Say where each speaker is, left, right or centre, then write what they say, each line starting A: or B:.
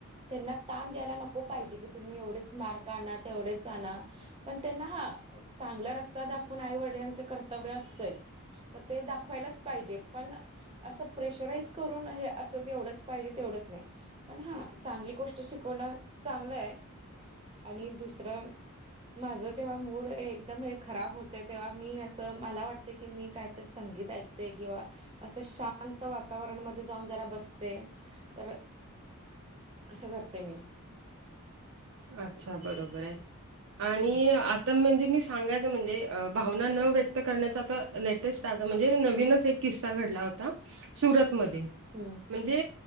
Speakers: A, on the right; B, on the right.
A: त्यांना ताण द्यायला नको पाहिजे की तुम्ही एवढेच मार्क आणा तेवढेच आणा पण त्यांना हा चांगला रस्ता दाखवून आईवडिंलाचं कर्तव्य असतच. तर ते दाखवायलाच पाहिजे पण. असं प्रेशराईज करून हे असं एवढंच पाहिजे तेवढंच नाही. पण हा चांगली गोष्ट शिकवणं चांगलं आहे. आणि दुसरं माझं जेव्हा मूड एकदम हे खराब होते तेव्हा मी असं मला वाटते की मी कायतरी संगीत ऐकते किंवा. असं शांत वातावरण मध्ये जाऊन जरा बसते तर असं करते मी.
B: अच्छा बरोबर आहे आणि
A: हा
B: म्हणजे मी सांगायचं म्हणजे भावना न व्यक्त करण्याचा आ लेटेस्ट आहे म्हणजे नवीनच एक किस्सा घडला होता. सुरत मध्ये
A: हम्म
B: म्हणजे